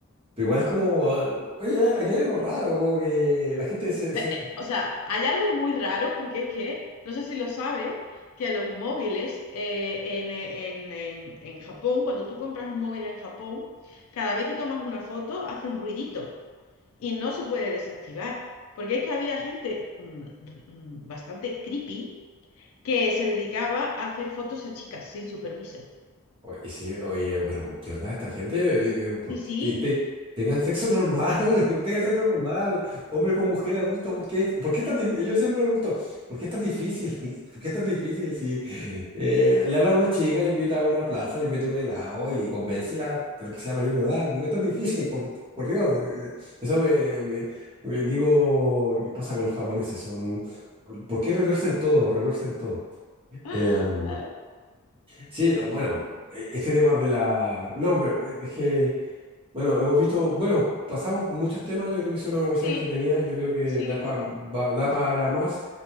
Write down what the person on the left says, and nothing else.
Ve- eh, O sea, hay algo muy raro porque es que, no sé si lo sabes, que los móviles eh, en, eh, en- en- en Japón, cuando tú compras un móvil en Japón, cada vez que tomas una foto hace un ruidito y no se puede desactivar. Porque es que había gente mm, r- mm, bastante creepy que se dedicaba a hacer fotos a chicas sin su permiso.
Sí,
sí.
<gasps> <laughs>
Sí,
sí,